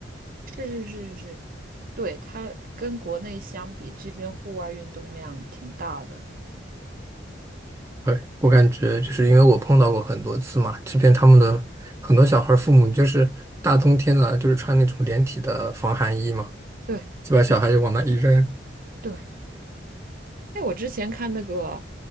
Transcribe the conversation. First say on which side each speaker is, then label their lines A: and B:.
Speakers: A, on the right; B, on the right.
A: 是是是是，对，它跟国内相比，这边户外运动量挺大的。
B: 对，我感觉就是因为我碰到过很多次嘛，这边他们的很多小孩儿父母就是大冬天的，就是穿那种连体的防寒衣嘛，
A: 对对
B: 就把小孩就往那一扔，
A: 对，哎，我之前看那个